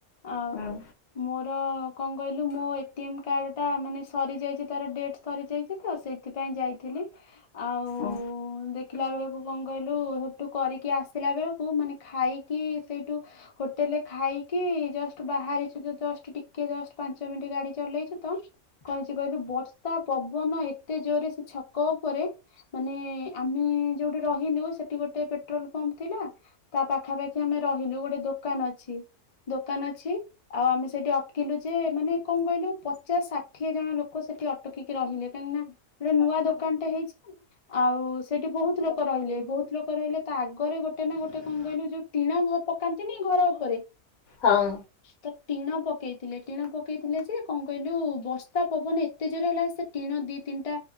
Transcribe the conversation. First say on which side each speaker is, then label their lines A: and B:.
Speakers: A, on the left (about 50°); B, on the left (about 75°).
A: ଆ
B: ହଁ
A: ମୋର କଁ କହିଲୁ ମୋ ଏଟିଏମ୍ କାର୍ଡ ଟା ମାନେ ସରିଯାଇଛି ତାର ଡେଟ୍ ସରିଯାଇଛି ଆଉ ସେଇଥିପାଇଁ ଯାଇଥିଲି ଆଉ
B: ଓ
A: ଉ ଦେଖିଲା ବେଳକୁ କଁ କହିଲୁ ସେଠୁ କରିକି ଆସିଲା ବେଳକୁ ମାନେ ଖାଇକି ସେଇଠୁ ହୋଟେଲେ ଖାଇକି। କି ଜଷ୍ଟ ବାହାରିଛୁ ତ ଜଷ୍ଟ ଟିକେ ଜଷ୍ଟ ପାଞ୍ଚ ମିନ୍ତଟ ଗାଡି ଚଲେଇଛୁ ତ। କଁ ହେଇଛି କହିଲୁ ବର୍ଷା ପବନ ଏତେ ଜୋରେ ସେ ଛକ ଉପରେ। ମାନେ ଆମେ ଯୋଉଠି ର ହିଲୁ ସେଠି ଗୋଟେ ପେଟ୍ରୋଲ ପମ୍ପ ଥିଲା। ତା ପାଖାପାଖି ଆମେ ରହିଲୁ ଗୋଟେ ଦୋକାନ ଅଛି। ଦୋକାନ ଅଛି ଆଉ ଆମେ ସେଟି ଅଟ୍କିଲୁ ଯେ ମାନେ କ'ଣ କହିଲୁ ପଚାଶ ଷା ଠିଏ ଜଣ ଲୋକ ସେଠି ଅଟକିକି ରହିଲେ କାହିଁକି ନା ଗୋଟେ ନୂଆ ଦୋକାନଟା ହେଇଛି। ଆଉ ସେଠି ବହୁତ ଲୋକ କ ରହିଲେ ବହୁତ ଲୋକ ରହିଲେ ତା ଆଗରେ ଗୋଟେ ନା ଗୋଟେ କଁ କହିଲୁ ଯୋଉ ଟିଣ ପକାନ୍ତିନି ଘର ଉପରେ
B: ହଁ
A: ତ ଟିଣ ପକେଇଥିଲେ ଟିଣ ପକେଇଥିଲେ ଯେ କଁ କହିଲୁ ବର୍ଷା ପବନ ଏ ତେଜରେ ହେଲା ସେ ଟିଣ ଦି ତିନିଟା